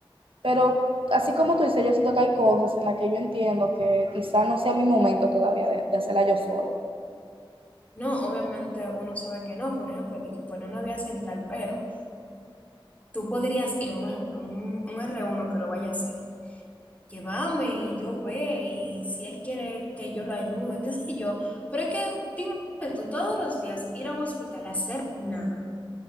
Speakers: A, on the right; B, on the left.
A: Pero así como tú dices, yo siento que hay cosas en las que yo entiendo que quizás no sea mi momento todavía de, de hacerla yo sola.
B: No, obviamente uno sabe que no, por ejemplo, de que pone una vía central, pero tú podrías ir, un ejemplo, un, un r uno que lo vaya a hacer. llévame y yo ve y si él quiere que yo lo ayude, qué sé yo. Pero es que, dime tú, todos los días ir a un hospital a hacer nada,